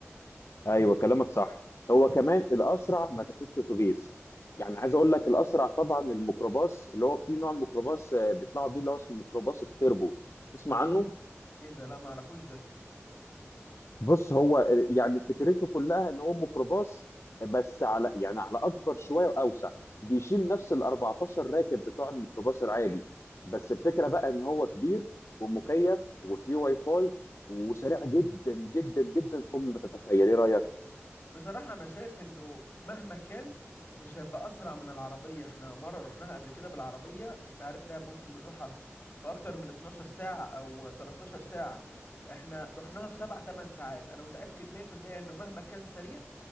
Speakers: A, on the left; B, on the left.
A: ايوه كلامك صح هو كمان الاسرع ما تاخدش اتوبيس يعني عايز
B: مم.
A: اقول لك الاسرع طبعا الميكروباص اللي هو في نوع ميكروباص آه، بيطلعوا بيه اللي هو اسمه ميكروباص التربو تسمع عنه
B: ايه ده لا ما اعرفوش ده
A: بص هو آه، يعني فكرته كلها ان هو ميكروباص بس على يعني على اكبر شويه واوسع بيشيل نفس ال 14 راكب بتوع الميكروباص العادي بس الفكره بقى ان هو كبير ومكيف وفيه واي فاي وسريع جدا جدا جدا فوق ما تتخيل ايه رايك
B: بصراحة أنا شايف إنه مهما كان مش هيبقى أسرع من العربية إحنا مرة رحناها قبل كده بالعربية أنت عارف دهب ممكن بنروحها في أكتر من 12 ساعة أو 13 ساعة إحنا رحناها في 7 8 ساعات أنا متأكد 100% إنه مهما كان سريع